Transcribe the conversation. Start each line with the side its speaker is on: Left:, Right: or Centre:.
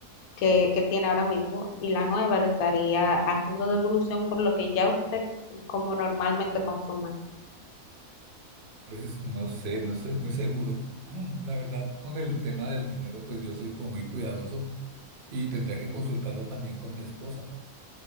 Left: que, que tiene ahora mismo y la nueva le estaría haciendo devolución por lo que ya usted como normalmente consume.
Right: Pues no sé, no estoy muy seguro. <clears throat> La verdad, con el tema del dinero, pues yo soy como muy cuidadoso y tendría que consultarlo también con mi esposa.